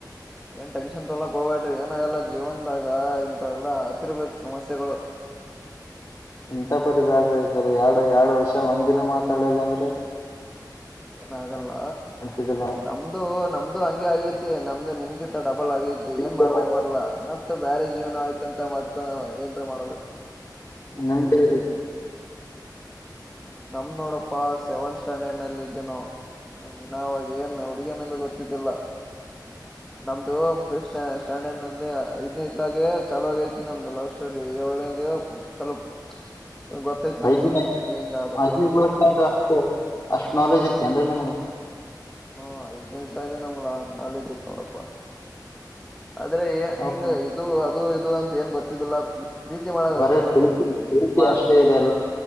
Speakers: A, in the centre; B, on the left.
A: ಏನ್ ಟೆನ್ಷನ್ ತೊಲಕ್ ಹೋಗಬೇಡ್ರಿ ಏನಾಗಲ್ಲ ಜೀವನ್ದಾಗ ಇಂತ ಎಲ್ಲಾ ಹತ್ತಿರ್ಬೇಕಕ್ ಸಮಸ್ಯೆಗಳು
B: <inaudible> ಇಂತ ಪರಿ ಬ್ಯಾಡ್ರಿ ಸರ್ ಎರಡು ಎರಡ್ ವರ್ಷ ಒಂದ್ ದಿನ ಮಾತಾಡ್ಲಿಲ್ಲ ಅಂದ್ರೆ
A: ಏನಾಗಲ್ಲ
B: ಮಾಡ್ತಿದ್ದಿಲ್ಲ
A: ನಮ್ದು ನಮ್ದು ಹಂಗೆ ಆಗೈತಿ ನಮ್ದು ನಿನ್ಕಿತ್ತ ಡಬ್ಬ ಬಲ್ ಆಗೈ
B: ನಿಮ್ಗೆ
A: ಏನ್ ಮಾಡ್ಲಕ್ ಬರಲಾ ಮತ್ತ ಬ್ಯಾರೇಜ್ ಏನ್ ಆಯ್ತಂತ ಮತ್ತ ಏನ್ ಮಾಡ್ಬೇಕು
B: ನಿಮಲ್ಲ
A: ನಮ್ ನೋಡಪ್ಪಾ ಸೆವೆಂತ್ ಸ್ಟ್ಯಾಂಡರ್ಡ್ ನಲ್ಲಿ ಇದ್ದ ನ ನಮ್ಗೆ ನಾವಾಗ ಏನ್ ಹುಡುಗ್ಯನದ ಗೊತ್ತ ಲ್ಲ
B: <inaudible>
A: ನಮ್ದು ಫಿಫತ್ ಸ್ಟ್ಯಾಂಡರ್ಡ್ಲ್ಲಿ ಇದಐ್ ಇದ್ದಾಗೆ ಚಲುವಾಗ ಐತಿ ನಮ್ದು ಲವ್ ಸ್ಟೋರಿ ಏಳ್ನಗೆ ಸ್ವಲ್ಪ ಗೊತ್ತಾಯ್ತ್ ನಮಗ
B: ಐದನೇ
A: ಹಿಂಗ ಹಿಂಗ ಆದ
B: <inaudible>
A: ಹಾ ಐದ್ನೇ ಇದ್ದಾಗ ನಮ್ ಕಾಲೇಜು ಇತು ನೋಡಪ್ಪಾ ಆದ್ರೆ
B: ಹೌದಾ?
A: ಹಿಂಗ ಇದು ಅದು ಇದು ಅಂತ ಏನ್ ಗೊತ್ತಿದಿಲ್ಲ ಪ್ರೀತಿ ಮಾಡೋದು
B: ಬರೇ
A: ಅಷ್ಟೇ ಗೊತ್ತಿತ್ತು
B: ಪ್ರೀತಿ ಪ್ರೀತಿ
A: ಮತಿ
B: ಅಷ್ಟೇ ಇದೆ ಎಲ್ಲ